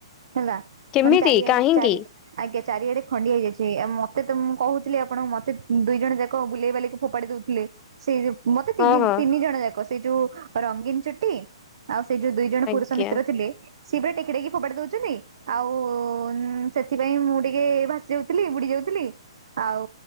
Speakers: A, on the right; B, on the left.
A: ହେଲା
B: କେମିତି
A: ମାନେ ଚାରି
B: କାହିଁକି
A: ଚାରି ଆଜ୍ଞା ଚାରିଆଡେ ଖଣ୍ଡିଆ ହେଇଯାଇଛି ଆଉ ମତେ ତ ମୁଁ କହୁଥିଲି ଆପଣଙ୍କୁ ମତେ ଦୁଇ ଜଣ ଯାକ ବୁଲେଇବାୁଲି ଫୋପାଡ଼ି ଦଉଥିଲେ ସେ ମତେ
B: ହଁ
A: ତିନି
B: ହଁ
A: ତିନି ଜଣ ଯାକ ସେ ଯୋଉ ରଙ୍ଗୀନ ଚୁଟି ଆଉ ସେ ଦୁଇ ଜଣ
B: ଆଜ୍ଞା
A: ପୁରୁଷ ମିତ୍ର ଥିଲେ ସିଏ ବା ଟେକି ଟେକି ଫୋପାଡି ଦଉଚନ୍ତି। ଆଉ ଉଁ ସେଥିପାଇଁ ମୁଁ ଟିକେ ଭାସି ଯାଉଥିଲି ବୁଡି ଯାଉଥିଲି ଆଉ